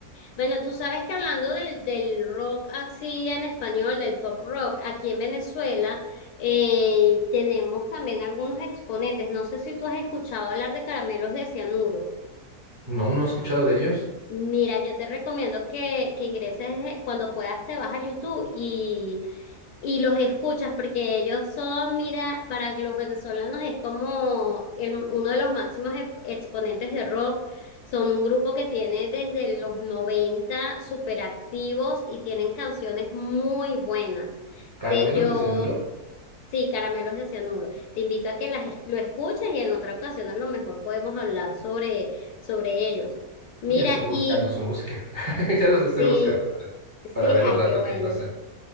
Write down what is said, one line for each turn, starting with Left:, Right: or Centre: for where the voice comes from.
Left: Bueno, tú sabes que hablando del, del rock así en español, del pop rock, aquí en Venezuela eh, tenemos también algunos exponentes. No sé si tú has escuchado hablar de Caramelos de Cianuro.
Right: No, no he escuchado de ellos.
Left: Mira, yo te recomiendo que, que ingreses eh, cuando puedas, te vas a YouTube y, y los escuchas, porque ellos son, mira, para los venezolanos es como el- uno de los máximos ex- exponentes de rock. Son un grupo que tiene desde los 90 súper activos y tienen canciones muy buenas.
Right: ¿Caramelos
Left: Te, yo,
Right: de Cianuro?
Left: sí, Caramelos de Cianuro. Te invito a que las, es- lo escuches y en otra ocasión a lo mejor podemos hablar sobre, sobre ellos. Mira,
Right: Oye, estoy buscando
Left: y
Right: su música. <laughs> Ya los estoy
Left: Sí,
Right: buscando para,
Left: sí,
Right: para ver
Left: ay,
Right: el rato
Left: qué buena.
Right: que pasa.